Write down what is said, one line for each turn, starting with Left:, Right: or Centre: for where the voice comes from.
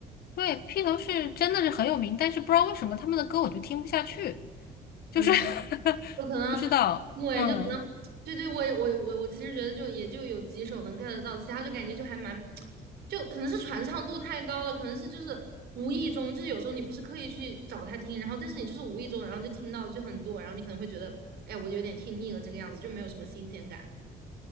Left: 对，披头士真的是很有名，但是不知道为什么他们的歌我就听不下去，
Right: 嗯。
Left: 就是 <laughs>
Right: 就可能
Left: 不知道，
Right: 我也就可能对对，
Left: 嗯，
Right: 我我我我其实觉得就也就有几首能 get 得到，其他就感觉就还蛮，就可能是传唱度太高了，可能是就是无意中，就是有时候你不是刻意去找他听，然后但是你就是无意中，然后就听到就很多，然后你可能会觉得，哎，我有点听腻了这个样子，就没有什么新鲜感。